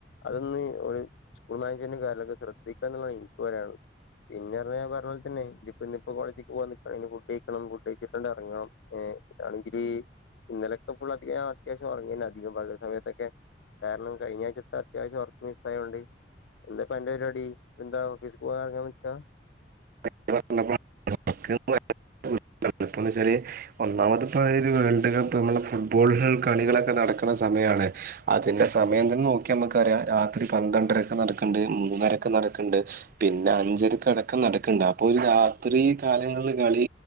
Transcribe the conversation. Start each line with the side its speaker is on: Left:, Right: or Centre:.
Left: അതൊന്ന് ഒരു. സ്കൂൾ മാനേജ്മെന്റ് കാര്യൊക്കെ ശ്രദ്ധിക്കാന്ന്ള്ളതാ ഇന്ക്ക് പറയാള്ള പിന്നെ പറഞ്ഞാ പോൽതന്നെ തിപ്പൊനിപ്പോ കോളേജിക്ക് പോവാനിക്കാനി ഞ് ഫുഡ്യ്ക്കണം ഫുഡ്യ്ച്ചിട്ട്ണ്ട് എറങ്ങണം ഏ ഇതാണെങ്കില്.. ഇന്നലൊക്കെ ഫുൾ അധിക അത്യാവിശം ഉറങ്ങേന്നധികം പകൽ സമയത്തൊക്കെ. കാരണം കഴിഞ്ഞാഴ്ചത്തെ അത്യാവശ്യം ഒർക്ക് മിസ്സായോണ്ട്. എന്താപ്പന്റെ പരിപാടി എന്താ ഓഫീസ് പോവാൻറങ്ങാൻ നിക്ക
Right: <unintelligible>
Left: <inaudible>
Right: പ്പന്നച്ചാൽ ഒന്നാമത്പ്പോ അ ഒരു വേൾഡ് കപ്പ് മ്മളെ ഫുട്ബോളുകൾ കളികളൊക്കെ നടക്ണ സമയമാണ്. അതിന്റെ സമയംതന്നെ നോക്കിയാ മ്മക്ക് അറിയാ രാത്രി പന്ത്രണ്ടരക്ക് നടക്ക്ണ്ട് മൂന്നരക്ക് നടക്ക്ണ്ട്. പിന്ന അഞ്ചരക്കടക്കം നടക്കണ്ടാ. അപ്പോ ഈ രാത്രി കാലങ്ങളിൽ കളി